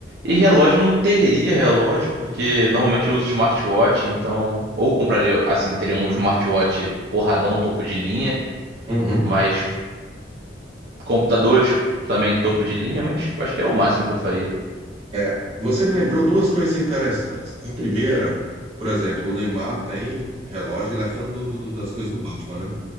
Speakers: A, on the right; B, on the right.
A: E relógio eu não teria relógio, porque normalmente eu uso smartwatch, então. Ou compraria, assim, teria um smartwatch porradão, topo de linha.
B: Uhum.
A: Mas Computadores também topo de linha, mas acho que é o máximo que eu faria.
B: É, você me lembrou duas coisas interessantes. A primeira, por exemplo, o Neymar tem relógio, ele é fã do, do- do- das coisas do Batman, né?